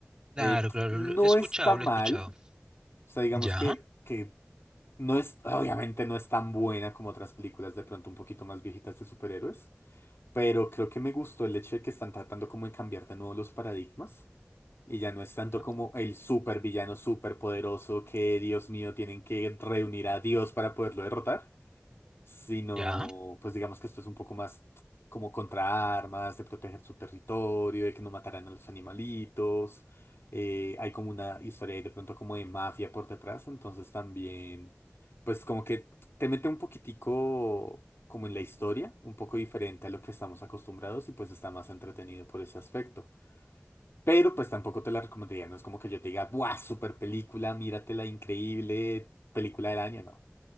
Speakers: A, on the right (about 15°); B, on the left (about 60°).
A: claro,
B: Eh,
A: claro.
B: no
A: Lo he escuchado,
B: está
A: lo
B: mal,
A: he escuchado.
B: o sea, digamos
A: Ya,
B: que, que no es, obviamente no es tan buena como otras películas de pronto un poquito más viejitas de superhéroes, pero creo que me gustó el hecho de que están tratando como de cambiar de nuevo los paradigmas. Y ya no es tanto
A: ya,
B: como el supervillano superpoderoso que, Dios mío, tienen que reunir a Dios para poderlo derrotar, sino,
A: ya.
B: pues digamos que esto es un poco más como contra armas, de proteger su territorio, de que no matarán a los animalitos. Eh, hay como una historia ahí de pronto como de mafia por detrás, entonces también, pues como que te mete un poquitico como en la historia, un poco diferente a lo que estamos acostumbrados y pues está más entretenido por ese aspecto. Pero pues tampoco te la recomendaría, no es como que yo te diga, ¡buah, super película, míratela, increíble, película del año! No.